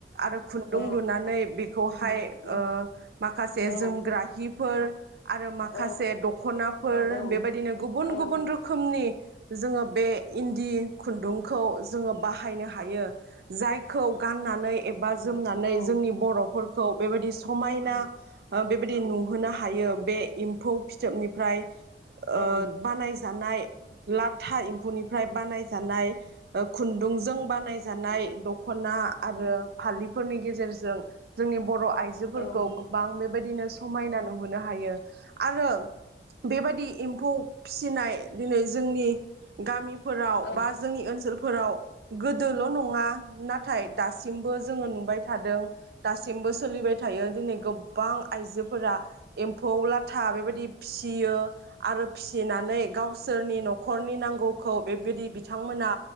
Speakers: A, on the right; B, on the left.
A: आरो खुन्दुं
B: औ
A: लुनानै बेखौहाय
B: उम
A: ओ माखासे
B: औ
A: जोमग्रा हि फोर आरो माखासे
B: औ
A: दखनाफोर
B: औ
A: बेबायदिनो गुबुन
B: औ
A: गुबुन रोखोमनि जोङो बे इन्दि खुन्दुंखौ जोङो बाहायनो हायो। हायो। जायखौ गाननानै एबा जोमनानै
B: औ
A: जोंनि बर'फोरखौ बेबायदि समायना ओ बे बायदि नु होनो हायो। बे एम्फौ फिथोबनि फ्राय ओ
B: औ
A: बानाय जानाय लाथा एम्फौनिफ्राय बानायजा जानाय खुन्दुंजों बानाय जानाय दख'ना आरो फालिफोरनि गेजेरजों जों जोंनि बर' आइजोफोरखौ
B: औ
A: गोबां बे बेबायदिनो समायना नुहोनो हायो आरो बेबायादि एम्फौ फिसिनाय दिनै जोंनि गामि फोराव
B: औ
A: बा जोंनि ओनसोलफोर फोराव गोदोल' नङा ना थाय दासिमबो जोङो नुबाय थादों दासिमबो सोलिबाय थायो दिनै गोबां आइजोफोरा एमफौ लाथा बेबायदि फिसियो आरो फिसिनानै गावसोरनि न'खरनि नांगौखौ बेबायदि बिथांमोना